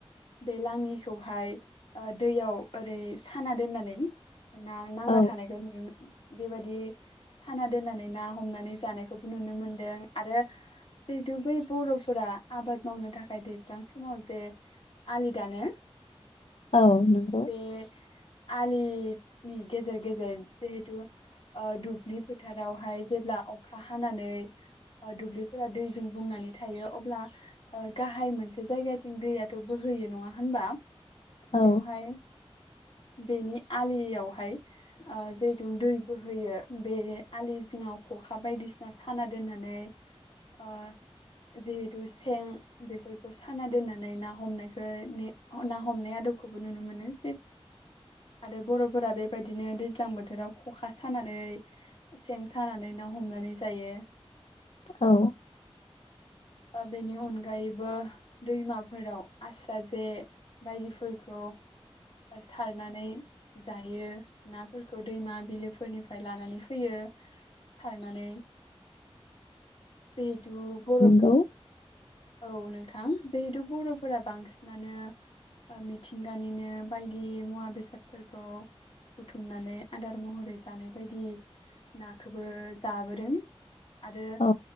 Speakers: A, on the left (about 55°); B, on the left (about 80°).
A: बे लाङिखौहाय ओ दैयाव ओरै साना दोननानै। <unintelligible> ना नांना
B: औ
A: थानायखौ नुयोमोन। बेबायदि साना दोननानै ना हमनानै जानायखौबो नुनो मोनदों आरो जिहेथु बै बर'फोरा आबाद मावनो थाखाय दैज्लां समाव जे आलि दानो।
B: औ नंगौ।
A: बे आलिनि गेजेर गेजेर जिहेथु ओ दुब्लि फोथारावहाय जेब्ला अखा हानानै दुब्लिफोरा दैजों बुंनानै थायो अब्ला ओ गाहाय मोनसे जायगाथिं दैयाथ' बोहोयो नङा होनबा।
B: औ
A: बेवहाय। बेनि आलियावहाय ओ जिहेथु दै बोहोयो बे आलि जिङाव खखा बायदिसिना साना दोननानै ओ जिहेथु सेन बेफोरखौ साना दोननानै ना हमनायखौ ना हमनाय आदबखौबो नुनो मोनो जे आरो बर'फोरा बेबायदिनो दैज्लां बोथोराव खखा सानानै सेन सानानै ना हमनानै जायो।
B: औ।
A: ओ बेनि अनगायैबो दैमाफोराव आस्रा जे बायदिफोरखौ सारनानै जायो नाफोरखौ दैमा बिलोफोरनिफ्राय लानानै फैयो सारनानै। जेहेथु बर'
B: गौ।
A: औ नोंथां जिहेथु बर'फोरा बांसिनानो मिथिंगानिनो बायदि मुवा बेसादफोरखौ बुथुमनानै आदार महरै जानाय बायदि नाखौबो जाबोदों। आरो
B: औ